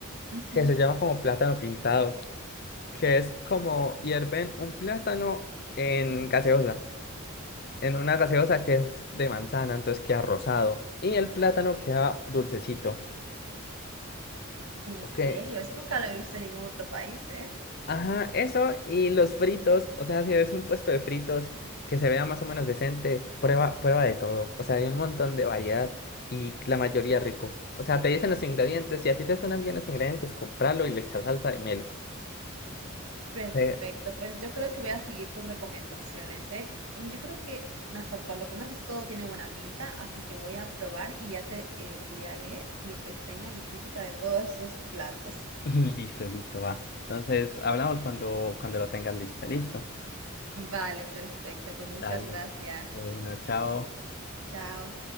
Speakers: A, on the right (about 80°); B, on the left (about 45°).
A: Ujú.
B: que se llama como plátano pintado, que es como hierven un plátano en gaseosa. en una gaseosa que es de manzana, entonces queda rosado. Y el plátano queda dulcecito.
A: En
B: Ok.
A: serio, eso nunca lo he visto en ningún otro país, ¿eh?
B: Ajá, eso y los fritos. O sea, si ves un puesto de fritos que se vea más o menos decente, prueba, prueba de todo. O sea, hay un montón de variedad y la mayoría rico. O sea, te dicen los ingredientes. Si a ti te suenan bien los ingredientes, compralo y le echas salsa y melo.
A: Perfecto,
B: Eh,
A: pues yo creo que voy a seguir tus recomendaciones, ¿eh? Yo creo que hasta por lo que me has dicho todo tiene buena pinta, así que voy a probar y ya te enviaré mi reseña, mi crítica de todos esos platos.
B: <laughs> Listo, listo, va. Entonces, hablamos cuando, cuando lo tengas listo. Listo.
A: Vale, perfecto. Pues muchas
B: Dale.
A: gracias.
B: Bueno, chao.
A: Chao.